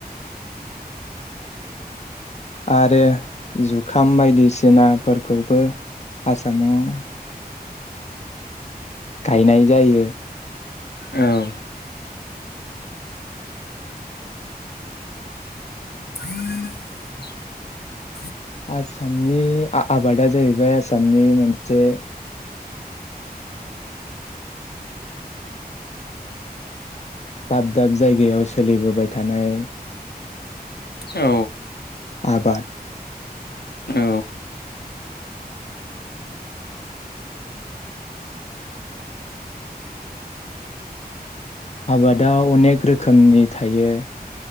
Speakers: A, on the left; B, on the left.
A: आरो जुखाम बायदिसिनाफोरखौबो आसामाव। गायनाय जायो।
B: औ। <unintelligible>
A: आसामनि आ-आबादा जाहैबाय आसाम। नि मोनसे। दाब दाब जायगायाव सोलिबोबाय थानाय।
B: औ।
A: आबाद।
B: औ।
A: आबादाव अनेक रोखोम। खोमनि थायो।